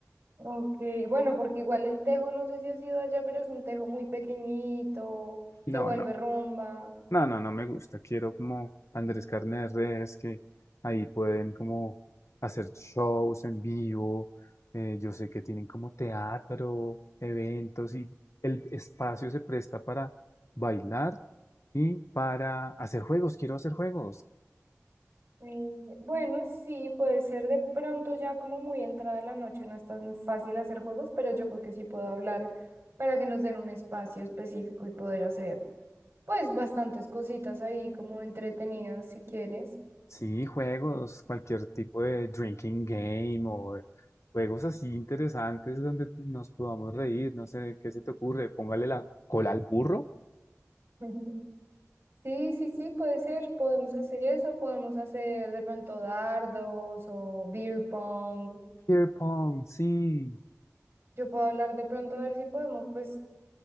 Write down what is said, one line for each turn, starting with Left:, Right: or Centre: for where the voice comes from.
Right: Ok, bueno, porque igual el tejo, no sé si has ido allá, pero es un tejo muy pequeñito,
Left: No,
Right: se vuelve
Left: no,
Right: rumba.
Left: No, no, no me gusta. Quiero como Andrés Carne de Res, que ahí pueden como hacer shows en vivo. eh, yo sé que tienen como teatro, eventos y el espacio se presta para bailar y para hacer juegos. Quiero hacer juegos.
Right: Mm, Bueno, sí, puede ser de pronto ya como muy entrada la noche, no es tan fácil hacer juegos, pero yo creo que sí puedo hablar para que nos den un espacio específico y poder hacer pues bastantes cositas ahí como entretenidas si quieres.
Left: Sí, juegos, cualquier tipo de drinking game o de juegos así interesantes donde nos podamos reír. No sé, ¿qué se te ocurre? Póngale la cola al burro.
Right: <laughs> Sí, sí, sí, puede ser, podemos hacer eso, podemos hacer de pronto dardos o beer pong.
Left: Beer pong, sí.
Right: Yo puedo hablar de pronto a ver si podemos pues